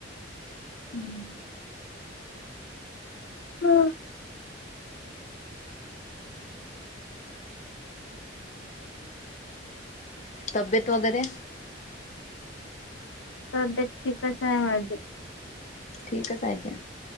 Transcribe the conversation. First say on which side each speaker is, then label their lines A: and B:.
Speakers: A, on the left; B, on the left.
A: हम्म हम्म हा
B: तब्येत वगैरे
A: तब्येत ठीकच हाय माझी.
B: ठीकच हाय ना.